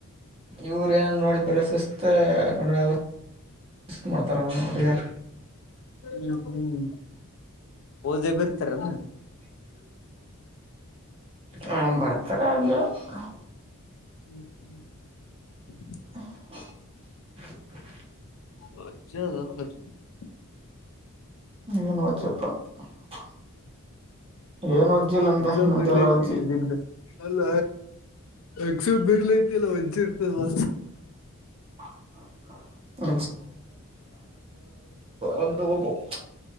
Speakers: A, on the right (about 25°); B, on the left (about 60°).
A: ಇವ್ರ ಏನ ನೋಡಿ ಬರ ಸಿಸತ್ತ ನೂರಾ ಐವತ್ತ ಮಾಡ್ತಾರ ಅವನ ಹುಡಿಗ್ಯಾರ <inaudible>
B: ಹ್ಮ್ ಹ್ಮ್ ಓದೆೇ ಬಿರ್ತಾರೇನು
A: <inaudible> ಹ ಬರ್ತಾರೆ <unintelligible>
B: ಹ್ಮ್ ಹ್ಮ್
A: <inaudible>
B: <unintelligible> ಮಜ್ಜ <unintelligible> <unintelligible>
A: ಏನ್ ವಜಪ್ಪ <unintelligible> ಏನು <unintelligible>
B: ಎಕ್ಸಾಮ್
A: ನಮ್ದೇಲ್ಲಾ
B: ಬರ್ಲೈತಿ
A: ಒಚಿಟಿ
B: ಇದಿಂದ ಅಲ್ಲ ಎಕ್ಸ ಬರ್ಲಐತಿ ಇಲ್ಲ <unintelligible> <unintelligible> ಇರ್ತವಾ
A: <unintelligible> <unintelligible> ಒಂದು <unintelligible>